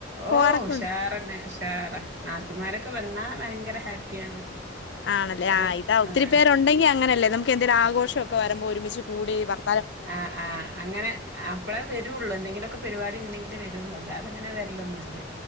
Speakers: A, on the right; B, on the left.
A: ഓഹ്
B: പോവാറൊക്കെ
A: ഉഷാറെന്നെ
B: ഉണ്ട്
A: ഉഷാറാ നാത്തൂമാരൊക്കെ വന്നാ ഭയങ്കര ഹാപ്പിയാണ്.
B: ആണല്ലേ
A: ഓല്
B: ആഹ് ഇതാ ഒത്തിരി
A: ഏഹ്
B: പേര് രുണ്ടെങ്കി അങ്ങനല്ലേ നമക്കെന്തെലും ആഘോഷൊക്കെ വറ്മ്പോ ഒരുമിച്ച് കൂടി വർ
A: ആഹ് ആഹ് അങ്ങനെ അപ്പളാ വെരൊള്ളൂ എന്തെങ്കിലൊക്കെ പരിവാടി ണ്ടെങ്കിലെ വെരൊള്ളൂ അല്ലാതങ്ങനെ വെര്ല്ലൊന്നുല്ല.